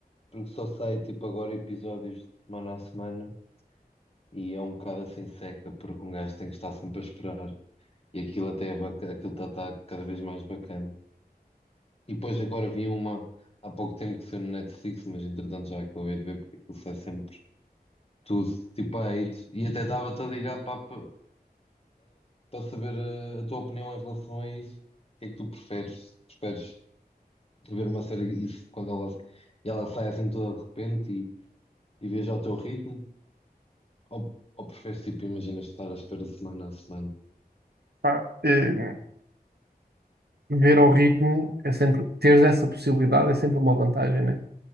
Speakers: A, on the left (about 40°); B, on the right (about 85°).
A: porque só sai tipo agora episódios de semana a semana e é um bocado assim seca porque um gajo tem que estar sempre a esperar. E aquilo até é baca- aquilo está cada vez mais bacana. E depois agora vi uma há pouco tempo que saiu no Netflix, mas entretanto já acabei de ver porque aquilo sai sempre. tudo, tipo a hate. E até estava-te a ligar para, para, saber eh, a, tua opinião em relação a isso. O que é que tu preferes? Preferes ver uma série isso quando ela, e ela sai assim toda de repente e, e vês ao teu ritmo? Ou, ou preferes, tipo, imaginas estar à espera semana a semana?
B: Pá, eh, ver ao ritmo é sempre, teres essa possibilidade é sempre uma vantagem, né?